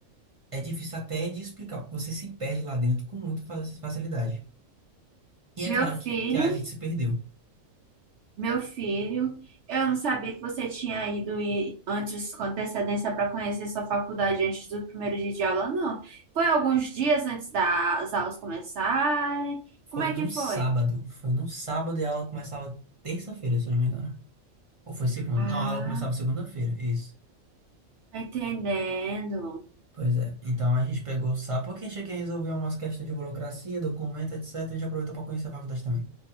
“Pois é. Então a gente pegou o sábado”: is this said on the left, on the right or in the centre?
Right